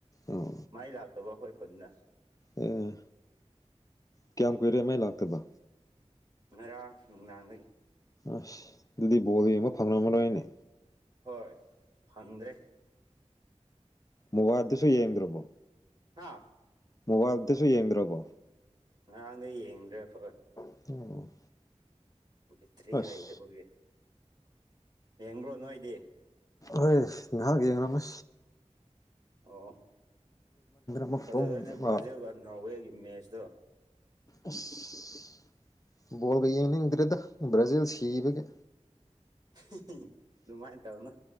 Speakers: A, on the left; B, on the right.
A: ꯑꯣ
B: ꯃꯩ ꯂꯥꯛꯇꯕ ꯑꯩꯈꯣꯏ ꯈꯨꯟꯅ
A: ꯑꯦ ꯀꯌꯥꯝ ꯀꯨꯏꯔꯦ ꯃꯩ ꯂꯥꯛꯇꯕ
B: ꯉꯔꯥꯡ ꯅꯨꯡꯅꯥꯡꯗꯒꯤ
A: ꯑꯁ ꯑꯗꯨꯗꯤ ꯕꯣꯜ ꯌꯦꯡꯕ ꯐꯪꯂꯝꯃꯔꯣꯏꯅꯦ
B: ꯍꯣꯏ ꯐꯪꯗ꯭ꯔꯦ
A: ꯃꯣꯕꯥꯏꯜꯗꯁꯨ ꯌꯦꯡꯗ꯭ꯔꯕꯣ
B: ꯍꯥꯥ
A: ꯃꯣꯕꯥꯏꯜꯗꯁꯨ ꯌꯦꯡꯗ꯭ꯔꯕꯣ
B: ꯉꯔꯥꯡꯗꯩ ꯌꯦꯡꯗ꯭ꯔꯦ <unintelligible> ꯍꯣꯏ
A: ꯑꯣ
B: ꯕꯤꯇ꯭ꯔꯤ
A: ꯑꯁ
B: ꯂꯩꯗꯕꯒꯤ ꯌꯦꯡꯕ꯭ꯔꯣ ꯅꯣꯏꯗꯤ
A: ꯍꯣꯏ ꯉꯍꯥꯛ ꯌꯦꯡꯉꯝꯃꯦ
B: ꯑꯣ
A: ꯑꯃꯨꯛ
B: ꯐꯖꯔꯦꯅꯦ
A: ꯇꯨꯝ
B: ꯕ꯭ꯔꯥꯖꯤꯜꯒ
A: ꯑ
B: ꯅꯣꯔꯋꯦꯒꯤ ꯃꯦꯠꯁꯇꯣ
A: ꯑꯁ ꯕꯣꯜꯒ ꯌꯦꯡꯅꯤꯡꯗ꯭ꯔꯦꯗ ꯕ꯭ꯔꯥꯖꯤꯜ ꯁꯤꯕꯒꯤ
B: ꯍꯤꯍꯤ ꯗꯨꯃꯥꯏꯅ ꯇꯧꯅꯨ